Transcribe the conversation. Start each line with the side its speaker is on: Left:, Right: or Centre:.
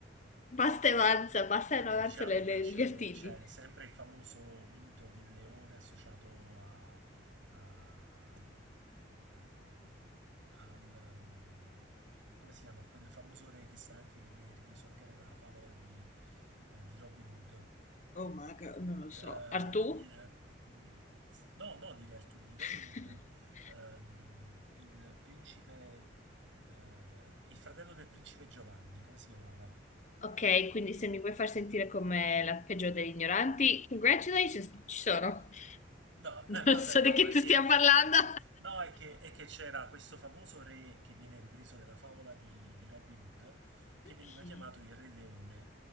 Left: basta e avanza, basta
Right: Vabbè,
Left: e non avanza
Right: diciamo
Left: le-
Right: che
Left: le-
Right: c'è,
Left: gli artigli.
Right: c'è sempre il famoso mito del leone associato a... a- ehm, al... mm, come si chiama? Quel famoso re che sta anche, che viene ripreso anche nella favola di, eh, di Robin Hood.
Left: Oh my God, non lo so.
Right: eh,
Left: Artù?
Right: il- mh, no, no di Rare 2D, Robin
Left: <laughs>
Right: Hood, ehm, il principe, eh, il fratello del principe Giovanni, come si chiamava?
Left: Ok, quindi se mi vuoi far sentire come la peggiore degli ignoranti, congratulations, ci sono. <laughs>
Right: No,
Left: Non
Right: <laughs> eh, vabbè,
Left: so
Right: no,
Left: di chi
Right: è
Left: tu
Right: che,
Left: stia parlando.
Right: no, è che, è che c'era questo famoso re che viene ripreso nella favola di, di Robin Hood,
Left: <laughs>
Right: che
Left: Ma
Right: veniva
Left: chi?
Right: chiamato il Re Leone,